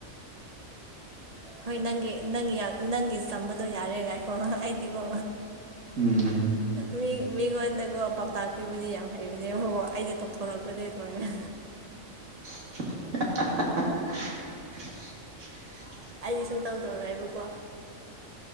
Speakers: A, on the right; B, on the right.
A: ꯍꯣꯏ ꯅꯪꯒꯤ ꯅꯪꯒꯤ ꯅꯪꯒꯤ ꯇꯝꯕꯗꯣ ꯌꯥꯔꯦꯒꯥꯏ ꯑꯣ ꯑꯩꯗꯤꯀꯣ
B: ꯎꯝ
A: ꯃꯤ ꯃꯤꯉꯣꯟꯗꯀꯣ ꯄꯥꯎꯇꯥꯛ ꯄꯤꯕꯨꯗꯤ ꯌꯥꯝ ꯍꯩ ꯅꯦ ꯍ ꯑꯩꯅ ꯇꯧꯊꯣꯔꯛꯄꯅꯦ ꯑꯗꯨꯃꯥꯏꯅ
B: <unintelligible> <unintelligible>
A: ꯑꯩꯗꯤ ꯁꯨꯝ ꯇꯧꯗꯧꯔꯦꯕꯀꯣ